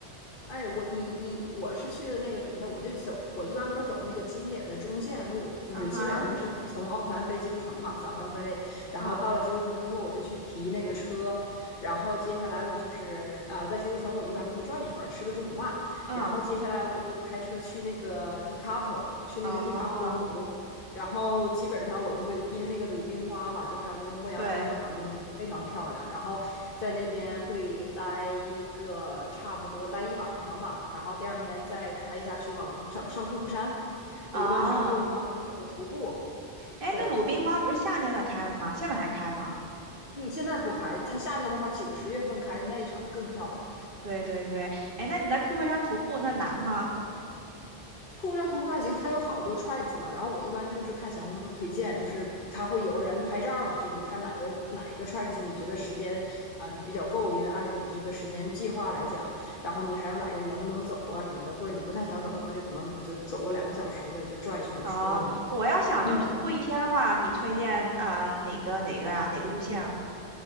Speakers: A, on the left; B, on the right.
A: 哎，我你你我是去的那个什么呢？我就走，我一般都是走那个经典的中线路，就是基本上是从奥克兰飞基督城嘛，
B: 哈，
A: 早上飞，然后到了基督城之后，
B: 嗯
A: 我就去提那个车，然后接下来我就是呃在基督城我一般都会转一圈儿，吃个中午饭，
B: 嗯，
A: 然后接下来我就开车去那个 t i c a p o 去那个蒂卡坡湖，
B: 哦，
A: 然后基本上我就会因为那个鲁冰花嘛，就还有那个牧羊人教堂，
B: 对，
A: 就那个非常漂亮。然后在那边会待一个差不多待一晚上吧，然后第二天再开下去往上上库克山。
B: 哦，
A: 我一般上库克山我会走个徒步。
B: 哎，
A: 对，
B: 那鲁冰花不是夏天才开的吗？现在还开吗？
A: 嗯，现在不开，它夏天的话，九十月份开的那一场更漂亮。
B: 对对对，哎，那你在库克山徒步那难吗？
A: 客户上徒步还行，它有好多 tracks 嘛。然后我一般就是看小红书推荐，就是它会有人拍照嘛，就是你看哪个哪个 tracks 你觉得时间啊、你比较够，因为按照你的这个时间计划来讲，然后你还有哪个你能不能走啊什么的，或者你不太想走，那就可能就走个两个小时的就转一圈就出来了嘛。
B: 哦，我要想就徒步一天的话，
A: 嗯，
B: 你推荐啊哪个哪个呀？哪个路线啊？